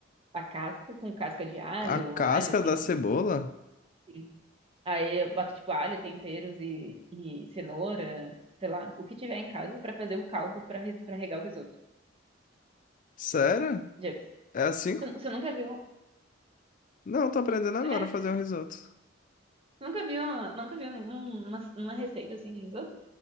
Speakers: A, on the right; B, on the left.
A: a casca com casca de alho,
B: A casca
A: alho, tempero.
B: da cebola?
A: enfim. Aí eu boto tipo alho, temperos e, e cenoura, sei lá, o que tiver em casa para fazer o caldo para para regar o risoto.
B: Sério?
A: Já-
B: É assim?
A: Você, você nunca viu?
B: Não, tô aprendendo agora
A: É,
B: a fazer um risoto.
A: nunca viu, nunca viu nenhuma uma receita assim de risoto?